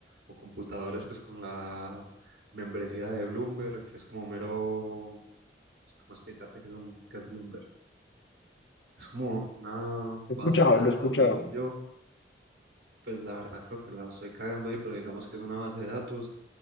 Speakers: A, on the right (about 80°); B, on the left (about 85°).
A: o computadores, pues con la membresía de Bloomberg, que es como mero, ¿cómo explicarte qué es, un, qué es Bloomberg? Es como una
B: he
A: base
B: escuchado,
A: de datos,
B: lo he escuchado.
A: diría yo. Pues la verdad creo que la estoy cagando ahí, pero digamos que es una base de datos